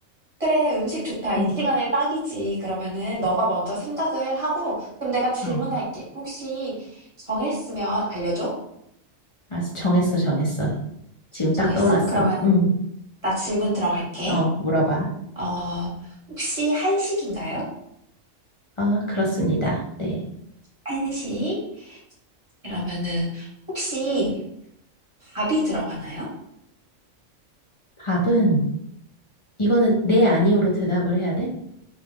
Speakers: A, on the right; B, on the left.
A: 그래, 음식 좋다. 이
B: 응.
A: 시간에 딱이지. 그러면은
B: 이제
A: 너가 먼저 생각을 하고, 그럼 내가 질문할게.
B: 어,
A: 혹시 정했으면 알려줘?
B: 알았어. 정했어, 정했어. 지금
A: 정했어?
B: 딱 떠올랐어.
A: 그러면
B: 응.
A: 나 질문 들어갈게.
B: 어, 물어봐.
A: 어, 혹시 한식인가요?
B: 아, 그렇습니다. 네.
A: 한식? 그러면은 혹시 밥이 들어가나요?
B: 밥은, 이거는 네, 아니오로 대답을 해야 돼?